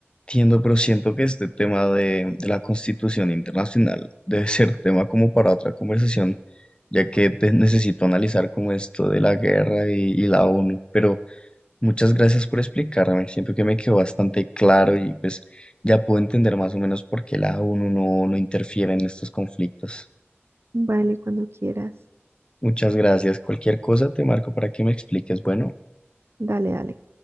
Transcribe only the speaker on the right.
Vale, cuando quieras.
Dale, dale.